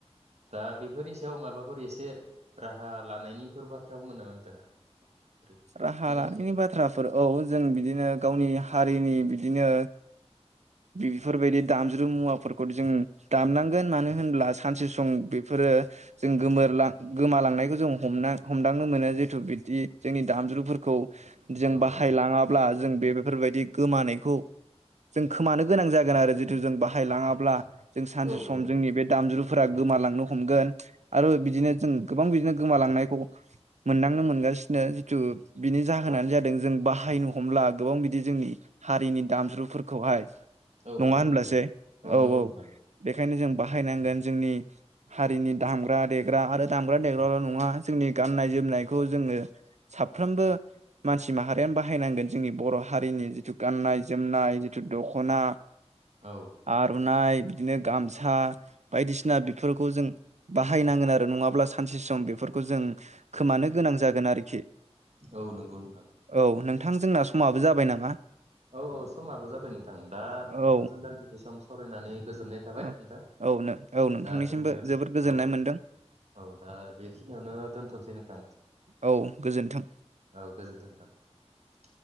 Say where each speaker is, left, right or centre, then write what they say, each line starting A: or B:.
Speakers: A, on the right; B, on the right.
A: दा बेफोरनि सायाव माबाफोर एसे राहा लानायनिफोर बाथ्रा बुंगोन नामा नोंथाङा? ओरै
B: राहा
A: फंनैसो
B: लानायनि बाथ्राफोर औ जों बिदिनो गावनि हारिनि बिदि बिदिनो बेफोरबायदि दामज्रु मुवाफोरखौ जों दामनांगोन मानो होनब्ला सानसे सम बेफोरो जों गोमोरलां गोमालांनायखौ जों हमना हमदांनो मोनो जिेतु बिदि। जोंनि दामज्रुफोरखौ जों
A: औ
B: बाहायलाङाब्ला। जों बे बेफोरबायदि गोमानायखौ जों खोमानो गोनां जागोन आरो जितु जों बाहायलाङाब्ला। जों सानसे
A: औ
B: सम
A: औ
B: जोंनि बे दामजु। फ्रा गोमालांनो हमगोन आरो बिदिनो जों गोबां बिदिनो गोमालांनायखौ मोनदांनो मोनगासिनो। नो जिथु बिनि जाहोनानो जादों जों बाहायनो हमला गोबां बिदि जोंनि हारिनि दामज्रुफोरखौहाय
A: औ
B: नङा
A: औ
B: होनब्लासो
A: नंगौ
B: औ औ
A: नंगौ
B: बे
A: नोंथां
B: बेखायनो जों बाहायनांगोन जोंनि हारिनि दामग्रा देग्रा आरो दामग्रा देग्राल' नङा जोंनि गाननाय जोमनायखौ जोङो साफ्रोमबो मानसि माहारियानो बाहायनांगोन जोंनि बर' हारिनि जिथु गाननाय जोमनाय जिथु दख'ना
A: औ
B: आर'नाइ बिदिनो गामसा बायदिसिना बेफोरखौ जों बाहायनांगोन आरो नङाब्ला सानसे सम बेफोरखौ जों खोमानो गोनां जागोन आरो
A: औ नंगौ नोंथां।
B: औ नोंथां जोंना समाबो जाबाय नामा?
A: औ औ समाबो जाबाय नोंथां दा नोंथांजों
B: औ
A: दान्दिसे सम सावरायनानै गोजोननाय थाबाय
B: औ
A: नोंथां
B: औ औ नोंथांनिसिमबो
A: दा जोङो
B: जोबोद गोजोननाय
A: औ
B: मोनदों
A: औ दा बेखिनियावनो दोन्थ'सै नोंथां
B: औ गोजोन्थों
A: औ गोजोनथों नोंथां।